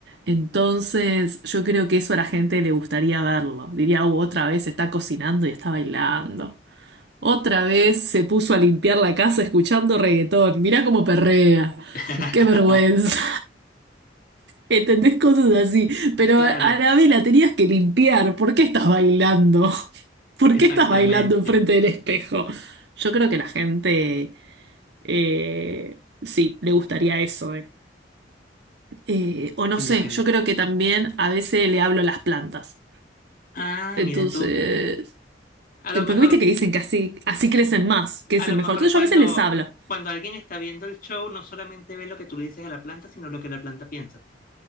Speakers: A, on the right (about 65°); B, on the left (about 50°).
A: Entonces, yo creo que eso a la gente le gustaría verlo. Diría, "Uh, otra vez está cocinando y está bailando. Otra vez se puso a limpiar la casa escuchando reggaetón. Mirá cómo perrea.
B: <laughs>
A: Qué vergüenza. ¿Entendés? Cosas así. Pero
B: Claro,
A: a a la vez la tenías que limpiar. ¿Por qué estás bailando? <laughs> ¿Por
B: exactamente,
A: qué estás bailando enfrente del espejo? Yo creo que la gente, eh, sí, le gustaría eso. eh. Eh, o no
B: sí,
A: sé,
B: yo creo.
A: yo creo que también a veces le hablo a las plantas.
B: Ah,
A: Entonces,
B: mira tú, a lo
A: porque
B: mejor,
A: viste que dicen que así, así crecen más, crecen
B: a lo
A: mejor.
B: mejor
A: Entonces
B: cuando,
A: yo a veces les hablo.
B: cuando alguien está viendo el show, no solamente ve lo que tú le dices a la planta, sino lo que la planta piensa.